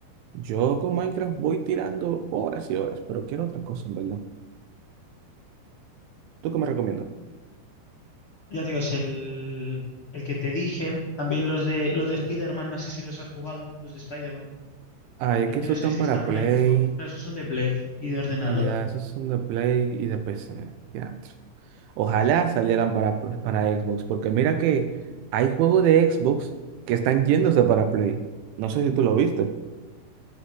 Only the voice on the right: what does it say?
Yo con Minecraft voy tirando horas y horas, pero quiero otra cosa, en verdad. ¿Tú qué me recomiendas?
Ah, es
que
esos
están
para
Play.
Ya, esos son de Play y de PC. De antes. Ojalá salieran para, para Xbox, porque mira que hay juegos de Xbox que están yéndose para Play. No sé si tú lo viste.